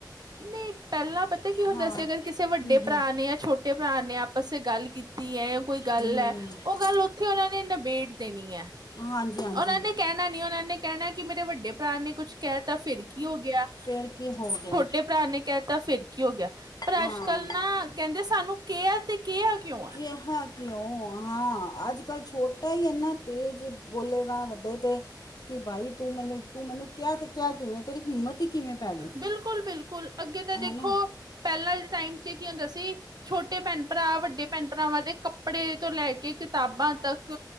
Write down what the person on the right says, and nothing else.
ਨਈ ਪੈਲਾ ਪਤਾ ਕੀ ਹੋਂਦਾ
ਸੀ ਅਗਰ ਕਿਸੇ ਵੱਡੇ
ਪਰਾ
ਨੇ ਯਾ ਛੋ ਟੇ ਪਰਾ ਨੇ ਆਪਸ ਚ ਗਾੱਲ ਕੀਤੀ ਐ ਕੋਈ ਗਾੱਲ
ਐ, ਓ ਗਾੱਲ ਓਥੇ ਓਨਾ ਨੇ ਨਬੇੜ ਦੇਨੀ ਐ।
ਓਨਾ ਨੇ ਕੈਨਾ ਨੀ ਓਨਾ ਨੇ ਕੈਣੈ ਕਿ ਮੇਰੇ ਵੱਡੇ ਪਰਾ ਨੇ ਕੁਛ ਕੈ ਤਾਂ ਫੇਰ ਕੀ ਓ ਗਯਾ।
ਟੇ ਪਰਾ ਨੇ ਕੈਤਾ ਫੇਰ ਕੀ ਓ ਗਯਾ ਪਰ
ਆੱਜ-ਕਾੱਲ ਨਾ ਕੈਂਦੇ ਸਾਨੂੰ ਕੇਆ ਤੇ ਕੇਆ ਕਯੋ ਆ
ਬਿਲਕੁਲ-ਬਿਲਕੁਲ ਅੱਗੇ ਤਾ ਦੇਖੋ
ਪੈਲਾ ਦੇ ਟਾਈਮ ਚ ਕੀ ਓਂਦਾ ਸੀ ਛੋਟੇ ਪੈਨ-ਪਰਾ ਵੱਡੇ ਪੈਨ-ਪਰਾਵਾਂ ਦੇ ਕੱਪੜੇ ਤੋ ਲੈ ਕੇ ਕਿਤਾਬਾ ਤੱਕ